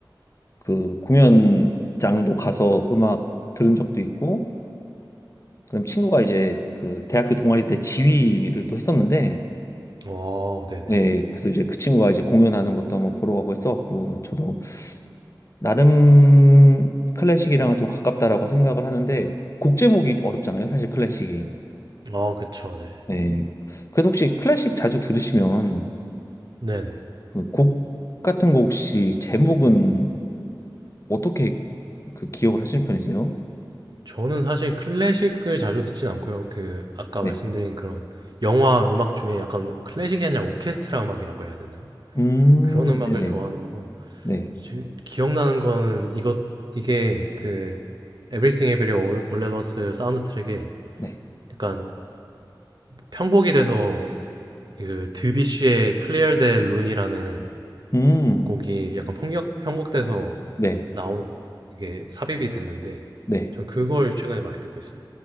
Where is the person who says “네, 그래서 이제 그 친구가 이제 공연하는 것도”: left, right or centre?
Left